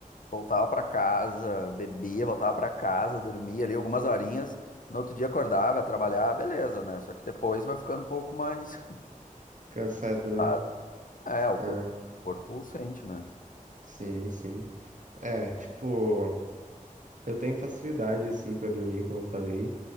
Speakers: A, on the left; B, on the right.
A: Voltava pra casa, bebia, voltava pra casa, dormia ali algumas horinhas. No outro dia acordava, ia trabalhar, beleza, né? Só que depois vai ficando um pouco mais. <laughs>
B: cansado, né?
A: Ah, É, o corpo,
B: É,
A: o corpo sente, né?
B: sim, sim. É, tipo, eu tenho facilidade, assim, pra dormir, como eu falei,